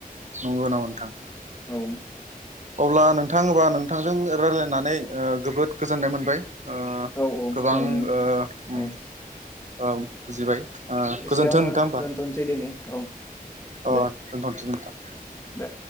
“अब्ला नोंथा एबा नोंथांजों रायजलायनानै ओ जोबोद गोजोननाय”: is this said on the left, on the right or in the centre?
Right